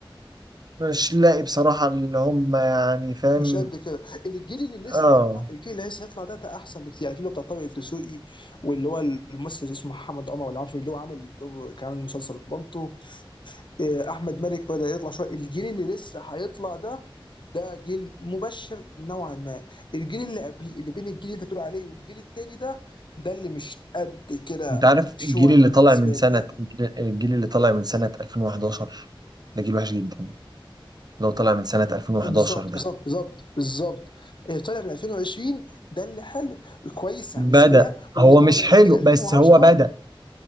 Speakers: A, on the right (about 45°); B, on the left (about 60°).
A: مش لاقي بصراحة اللي هم يعني فاهم
B: مش قد كده الجيل اللي لسه
A: اه
B: هيطلع الجيل اللي لسه هيطلع ده ده احسن بكتير يعني الجيل اللي هو بتاع طارق الدسوقي واللي هو الممثل اسمه محمد عمر ولا عارف اللي هو عامل دور كان عامل مسلسل بالطو آه، احمد مالك بدا يطلع شويه الجيل اللي لسه هيطلع ده ده جيل مبشر نوعا ما الجيل اللي قبليه اللي بين الجيل اللي انت بتقول عليه والجيل التاني ده ده اللي مش قد كده
A: انت عارف
B: شويه
A: الجيل اللي
B: بالنسبه
A: طالع من سنة
B: لي يعني
A: الجيل الجيل اللي طالع من سنة 2011 ده جيل وحش جدا لو طالع من سنة 2011
B: بالظبط
A: ده
B: بالظبط بالظبط بالظبط اللي طالع من 2020 ده اللي حلو كويس
A: بدأ
B: يعني نسبيا واللي
A: هو
B: طالع
A: مش
B: من
A: حلو
B: 2000 2010
A: بس هو بدأ